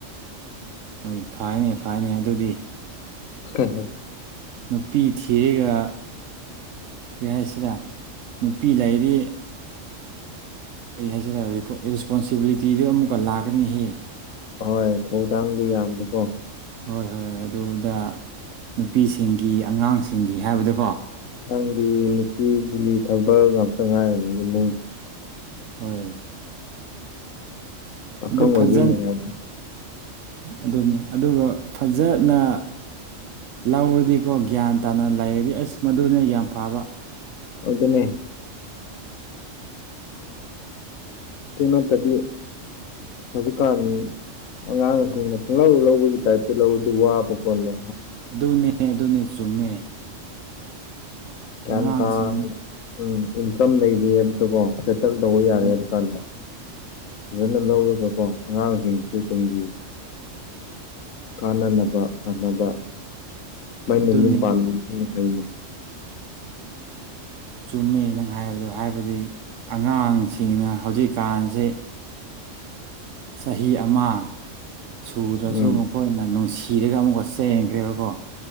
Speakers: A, on the right (about 70°); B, on the left (about 85°).
A: ꯍꯣꯏ ꯐꯥꯏꯅꯦ ꯐꯥꯏꯅꯦ ꯑꯗꯨꯗꯤ
B: ꯍ ꯍ
A: ꯅꯨꯄꯤ ꯊꯤꯔꯒ ꯀꯔꯤ ꯍꯥꯏꯁꯤꯔ ꯅꯨꯄꯤ ꯂꯩꯔꯤ ꯀꯔꯤ ꯍꯥꯏꯁꯤꯔ ꯔꯦꯁꯄꯣꯟꯁꯤꯕꯤꯂꯤꯇꯤꯗꯨ ꯑꯃꯨꯛꯀ ꯂꯥꯛꯀꯅꯤꯍꯦ
B: ꯍꯣꯏ ꯊꯧꯗꯥꯡꯗꯤ ꯌꯥꯝꯕꯀꯣ
A: ꯍꯣꯏ ꯍꯣꯏ ꯑꯗꯨꯗ ꯅꯨꯄꯤꯁꯤꯡꯒꯤ ꯑꯉꯥꯡꯁꯤꯡꯒꯤ ꯍꯥꯏꯕꯗ
B: ꯅꯪꯗꯤ ꯅꯨꯄꯤ ꯨꯂꯤ ꯊꯕꯛ ꯉꯥꯛꯇ ꯉꯥꯏꯔꯅꯤ ꯏꯃꯨꯡ
A: ꯍꯣꯏ
B: ꯄꯀꯝ
A: ꯑꯗꯨ
B: ꯑꯣꯏꯕ
A: ꯐꯖ ꯑꯗꯨꯅꯤ ꯑꯗꯨꯒ ꯐꯖꯅ ꯂꯧꯔꯗꯤꯀꯣ ꯒ꯭ꯌꯥꯟ ꯇꯥꯅꯅ ꯂꯩꯔꯗꯤ ꯑꯁ ꯃꯗꯨꯅꯦ ꯌꯥꯝ ꯐꯕ
B: ꯑꯗꯨ ꯑꯗꯨꯅꯦ ꯏꯗꯨꯅ ꯇꯗꯤ ꯃꯖꯤꯀꯥꯔꯃꯤ ꯑꯉꯥꯡꯁꯤꯡ ꯂꯧ ꯂꯧꯕꯒꯤ ꯇꯥꯏꯞꯇ ꯂꯧꯧꯕꯗꯤ ꯋꯥꯕ ꯀꯣꯟꯗ
A: ꯑꯗꯨꯅꯦ ꯑꯗꯨꯅꯦ ꯆꯨꯝꯃꯦ
B: ꯒ꯭ꯌꯥꯟ
A: ꯑꯉꯥꯡꯁꯤꯡ
B: ꯇꯥ ꯎꯝ ꯏꯟꯀꯝ ꯂꯩꯔꯤ ꯑꯗꯨꯗꯀꯣ ꯜ ꯇꯧꯕ ꯌꯥꯔꯦꯕ
A: ꯍꯣꯏ
B: ꯀꯥꯟꯗ ꯐꯖꯅ ꯂꯧꯔꯒꯀꯣ ꯑꯉꯥꯡꯁꯤꯡꯁꯨ ꯇꯨꯡꯒꯤ ꯀꯥꯟꯅꯅꯕ ꯐꯅꯕ ꯃꯩꯅ
A: ꯑꯗꯨꯅꯦ
B: ꯌꯨꯝ ꯄꯅꯩꯅ
A: ꯆꯨꯝꯃꯤ ꯅꯪ ꯍꯥꯏꯕꯗꯣ ꯍꯥꯏꯕꯗꯤ ꯑꯉꯥꯡꯁꯤꯡꯅ ꯍꯧꯖꯤꯛꯀꯥꯟꯁꯤ ꯆꯍꯤ ꯑꯃ ꯁꯨꯗ꯭ꯔꯁꯨ
B: ꯎꯝ
A: ꯃꯈꯣꯏꯅ ꯅꯨꯡꯁꯤ ꯀꯤꯔꯒ ꯑꯃꯨꯛ ꯋꯥꯠꯆ ꯌꯦꯡꯈ꯭ꯔꯦꯕꯀꯣ